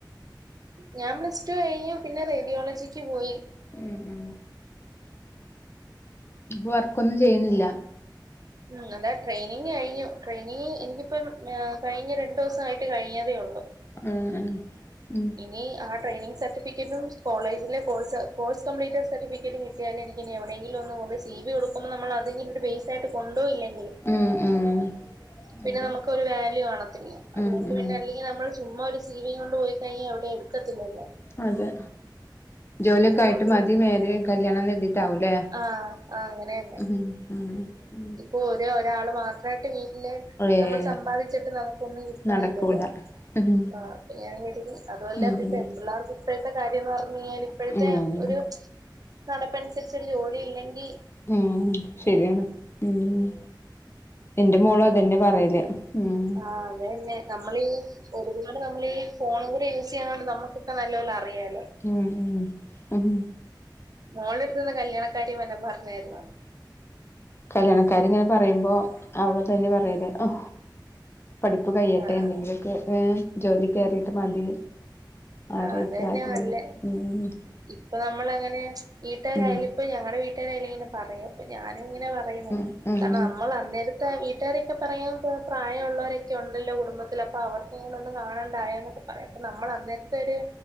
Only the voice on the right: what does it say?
ഞാൻ പ്ലസ് ടു കഴിഞ്ഞ പിന്നെ റേഡിയോളജിക്ക് പോയി
അങ്ങനെ ട്രെയിനിങ് കഴിഞ്ഞു ട്രെയിനി ഇനിപ്പം ആ കഴിഞ്ഞ രണ്ടു ദിവസയിട്ട് കഴിഞ്ഞതേ ഉള്ളൂ
ഇനി ആ ട്രയിനിങ് സർട്ടിഫിക്കറ്റും കോളേജിലെ കോഴ്സ് കോഴ്സ് കംപ്ലീറ്റ് സർട്ടിഫിക്കറ്റും കി- ഞാൻ എന്തിനെ എവിടെയങ്കിലും ഒന്ന് കൊണ്ട് സി വി കൊടുക്കുമ്പോ നമ്മള് അതെങ്കിലുംഒരു ബേസ് ആയിട്ട് കൊണ്ടോകില്ലേ
പിന്നെ
നമുക്കൊരു വാല്യൂ കാണത്തില്ല അതുകൊണ്ട്
പിന്നെ അല്ലെങ്കിൽ നമ്മള് ചുമ്മാ ഒരു സീ വീ കൊണ്ട് പോയി കഴിഞ്ഞാൽ എവിടേം എടുക്കത്തില്ലല്ലോ
അതുകൊണ്ട്
ആഹ് ആ അങ്ങനെന്നെ
ഓ ഒരേ ഒരാള് മാത്- ത്രായിട്ട് വീട്ടിലെ
നമ്മള് സമ്പാദിച്ചിട്ട് നമുക്കൊന്നും കിട്ടണില്ലല്ലോ
ആ ഞാൻ കരുതി അതുല്ല
പ്പ
പെൺ പിള്ളാർക്ക് ഇപ്പോഴത്തെ കാര്യംന്ന് പറഞ്ഞു ഇപ്പത്തെ കാര്യന്ന് പറഞ്ഞഴിഞ്ഞാല് ഇപ്പോഴത്തെ
ഒരു നടപ്പനുസരിച്ച് ഒരു ജോലി ഇല്ലെങ്കി
ആ അതന്നെ നമ്മളീ- ഒരുപാട് നമ്മൾ ഈ ഫോൺ കൂടി ഒട്ങ്ങല് നമ്മളീ ഫോണു കുടിയൂസ് - ചെയ്യുന്നൊണ്ട് നമുക്കൊക്കെ നല്ലോലെ റിയാലോ
മോളെടുത്തിന് കല്യാണക്കാര്യം വല്ലതും പറഞ്ഞായിരുന്നോ
ആഹ്
ആ
അത്തന്നെ നല്ലെ
ഇപ്പൊ നമ്മൾ അങ്ങനെ വീട്ടാരായാലും
- ഇപ്പൊഞ്ഞങ്ങളെ വീട്ടാരിങ്ങനെ പറയാ ഇപ്പൊ ഞാനും ഇങ്ങനെ പറയണ്
കാരണം നമ്മൾ അന്നേരം അന്നേരത്തെ ത്താ വീട്ടാരെക്കെ പറയും പ്രായള്ളോരൊക്കെ ഉണ്ടല്ലൊകുടുംബത്തിൽ അപ്പൊ അവർക്കും കൂടി ഒന്ന് കാണണ്ടായൊ പറയാ അപ്പൊ നമ്മളന്നേർത്തൊര്